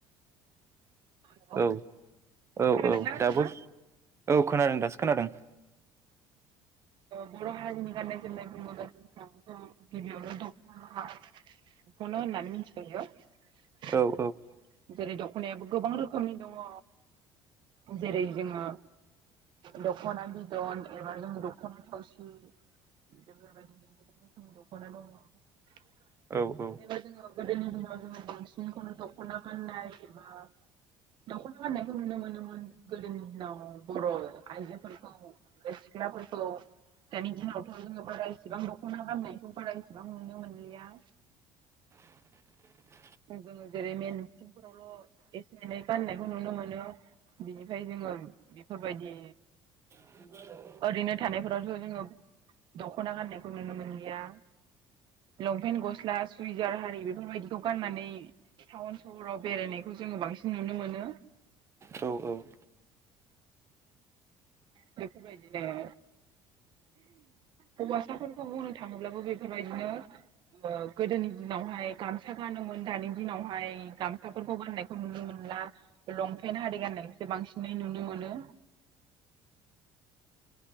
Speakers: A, on the right (about 55°); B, on the right (about 30°).
A: हेलौ
B: औ औ
A: खोनादोंना
B: औ
A: नोंथाङा?
B: दाबो औ खोनादों दासो खोनादों
A: बर' हारिनि गाननाय जोमनाय बम ग गिबियावनो दं दख'ना, ख नामसयाव <unintelligible>
B: औ औ
A: जेरै दख'नायाबो गोबां रोखोमनि दङ जेरै जोङो दख'ना बिदन एबा जों दख'ना थावसि, बेफोरबायदिनो गोबां रोखोमनि दख'ना दं।
B: औ औ
A: जेनबा जोङो गोदोनि दिनाव जोङो बांसिनखौनो दख'ना गाननाय एबा दख'ना गान्नायखौ नुनो मोनोमोन। गोदोनि दिनाव बर' आइजोफोरखौ ए <unintelligible> औ दानि दिनाव जोङो बारा इसिबां दख'ना गामनायखौ बारा इसेबां नुनो मोनलिया।
B: <inaudible>
A: जोङो जेरै मेन मिथिंफोरावल' एसे एनै गाननायखौ नुनो मोनो। बिनिफ्राय जोङो बिफोरबायदि
B: <unintelligible>
A: ओरैनो थानायफोरावथ' जोङो दख'ना गाननायखौ नुनो मोनलिया लंपेन्ट गस्ला सुइजार हारि बेफोरबायदिखौ गाननानै टाउन सहराव बेरायनायखौ जोङो बांसिन नुनो मोनो।
B: औ औ
A: बेफोरबायदिनो हौवासाफोरखौ बुंनो थाङोब्लाबो बेफोरबायदिनो ओ गोदोनि दिनावहाय गामसा गानोमोन दानि दिनावहाय गामसा फोरखौ गाननायखौ नुनो मोनला लंपेन्ट हारि गाननायखौसो बांसिनै नुनो मोनो।